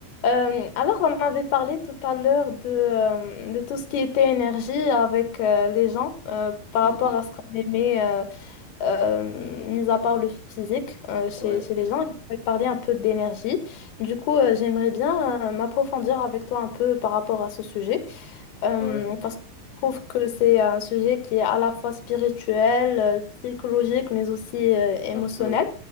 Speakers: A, on the left; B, on the left.
A: Euh, alors, on avait parlé tout à l'heure de, euh, de tout ce qui était énergie avec euh, les gens euh, par
B: Mhm.
A: rapport à ce qu'on aimait, euh, euh, mis à part le physique euh, chez,
B: Ouais,
A: chez les gens. On avait parlé un peu d'énergie. Du coup, euh, j'aimerais bien euh, m'approfondir avec toi un peu par rapport à ce sujet euh,
B: ouais,
A: parce que je trouve que c'est un sujet qui est à la fois spirituel, euh, psychologique, mais aussi euh, émotionnel.
B: un peu.